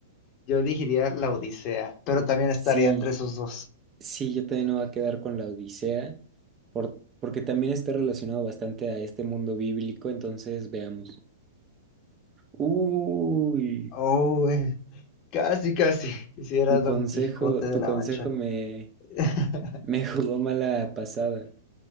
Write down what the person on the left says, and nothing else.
yo elegiría la Odisea, pero también
estaría entre esos dos.
Oh, güey. Casi, casi. Hiciera
Don
Quijote
de la
Mancha.
<laughs>